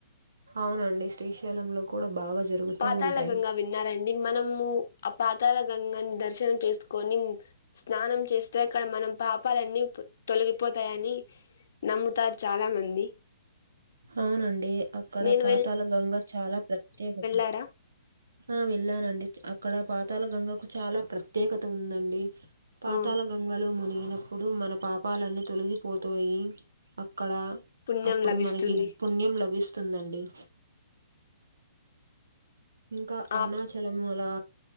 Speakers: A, on the right (about 75°); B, on the left (about 60°).
A: అవునండి శ్రీశైలం లో కూడా బాగా జరుగుతూ
B: పాతళ
A: ఉంటాయి.
B: గంగా విన్నారండి మనము ఆ పాతళ గంగన్ దర్శన చేసు కొని స్నానం చేస్తే అక్కడ మనం పాపాలన్నీ తొలగిపోతాయని నమ్ముతారు చాలామంది
A: అవునండి అక్కడ
B: నేను
A: పాతాల గంగ చాలా ప్రత్యేకత
B: తర
A: ఆ వెళ్ళానండి అక్కడ పాతాల గంగకు చాలా ప్రత్యేకత ఉందండి పాతాల
B: ఆ
A: గంగలు మునిగినప్పుడు మన పాపాలన్నీ తొలగిపోతోయి అక్కడ
B: పుణ్యం
A: అప్పుడు
B: లభిస్తుంది
A: మనకి పుణ్యం లభిస్తుందండి ఇంకా అరుణాచలము
B: ఆ
A: అలా